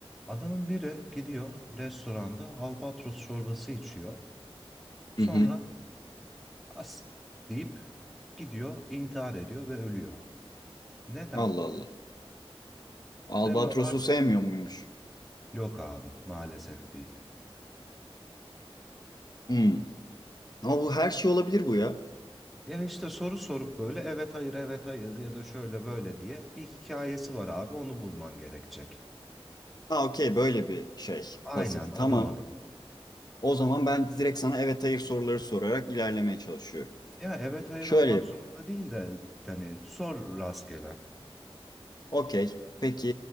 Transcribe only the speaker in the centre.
Adamın biri gidiyor restoranda albatros çorbası içiyor. Sonra
as deyip gidiyor, intihar ediyor ve ölüyor. Neden?
Sen bu har
yok abi maalesef değil.
Ya işte soru sorup böyle evet hayır evet hayır ya da şöyle böyle diye bir hikayesi var abi onu bulman gerekecek.
Aynen
adım
adım.
Ya evet hayır
olmak
zorunda değil de hani sor rastgele.